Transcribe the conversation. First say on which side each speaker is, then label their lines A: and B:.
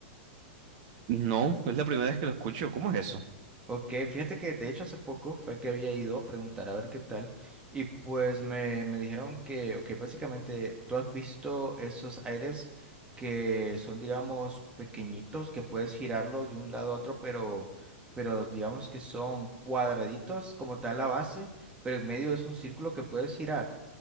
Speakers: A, on the right; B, on the right.
A: No, es la primera vez que lo escucho. ¿Cómo es eso?
B: Ok, fíjate que de hecho hace poco fue que había ido a preguntar a ver qué tal y pues me, me dijeron que, ok, básicamente tú has visto esos aires que son, digamos, pequeñitos, que puedes girarlo de un lado a otro, pero, pero digamos que son cuadraditos como tal la base, pero en medio es un círculo que puedes girar.